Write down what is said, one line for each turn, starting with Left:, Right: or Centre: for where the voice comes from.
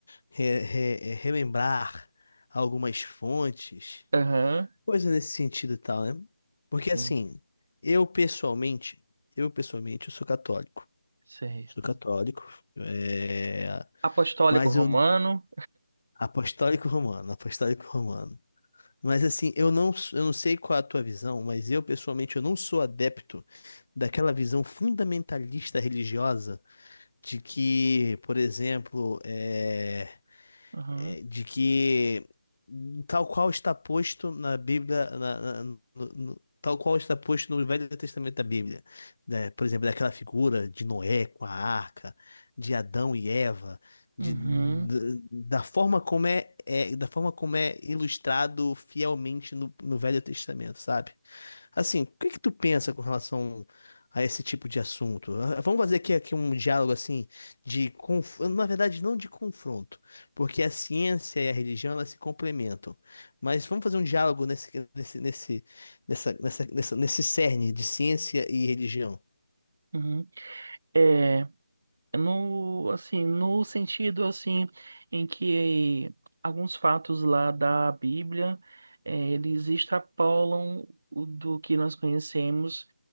Left: re- re- relembrar algumas fontes,
Right: Aham,
Left: coisa nesse sentido e tal, né? Porque
Right: sim.
Left: assim, eu pessoalmente, eu pessoalmente, eu sou católico.
Right: certo.
Left: Sou católico, é,
Right: Apostólico
Left: mas
Right: Romano.
Left: eu Apostólico romano, apostólico romano. Mas assim, eu não, eu não sei qual é a tua visão, mas eu pessoalmente eu não sou adepto daquela visão fundamentalista religiosa de que, por exemplo, é,
Right: Aham,
Left: é, de que hum, tal qual está posto na Bíblia, na- na- no- no- tal qual está posto no Velho Testamento da Bíblia, né? Por exemplo, daquela figura de Noé com a arca, de Adão e Eva,
Right: uhum,
Left: de- d- da forma como é, é- da forma como é ilustrado fielmente no, no Velho Testamento, sabe? Assim, o que que tu pensa com relação a esse tipo de assunto? Ah, Vamos fazer aqui, aqui um diálogo assim de conf... na verdade não de confronto porque a ciência e a religião, elas se complementam. Mas vamos fazer um diálogo nesse, nesse, nesse, nessa, nessa, nessa- nesse cerne de ciência e religião.
Right: uhum. É, no, assim, no sentido, assim, em que alguns fatos lá da Bíblia, é, eles extrapolam o do que nós conhecemos,